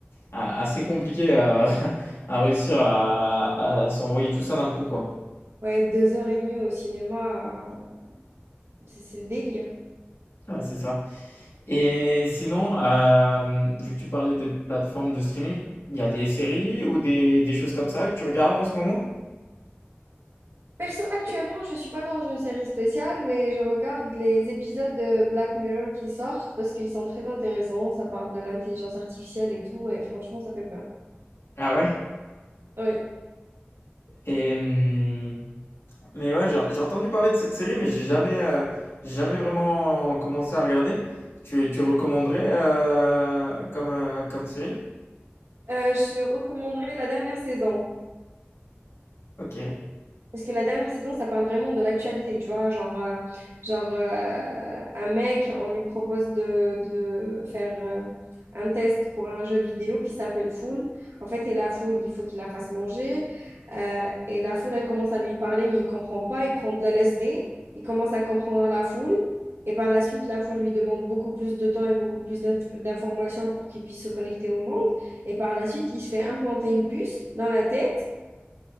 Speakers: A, on the left; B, on the right.
A: a- assez compliqué à, <laughs> à réussir à, à s'envoyer tout ça d'un coup, quoi.
B: Ouais, deux heures et demie au cinéma, euh, c'est c'est le délire.
A: Ouais, c'est ça. Et sinon, euh, vu que tu parlais des plateformes de streaming, il y a des séries ou des, des choses comme ça que tu regardes en ce moment?
B: Perso, actuellement, je suis pas dans une série spéciale, mais je regarde les épisodes de Black Mirror qui sortent parce qu'ils sont très intéressants. Ça parle de l'intelligence artificielle et tout, et franchement, ça fait peur.
A: Ah ouais?
B: Oui.
A: Et, hum, mais ouais, genre, j'ai entendu parler de cette série, mais j'ai jamais, euh, j'ai jamais vraiment commencé à regarder. Tu, tu recommanderais euh, comme, euh, comme série?
B: Euh, je recommanderais la dernière saison.
A: Ok,
B: Parce que la dernière saison, ça parle vraiment de l'actualité, tu vois, genre, euh, genre euh, un mec, on lui propose de, de faire euh, un test pour un jeu vidéo qui s'appelle Fool. En fait, et la foule, il faut qu'il la fasse manger. Euh, et la foule, elle commence à lui parler, mais il comprend pas, il prend de la LSD, il commence à comprendre la foule. Et par la suite, la foule lui demande beaucoup plus de temps et beaucoup plus d'inf- d'informations pour qu'il puisse se connecter au monde. Et par la suite, il se fait implanter une puce dans la tête.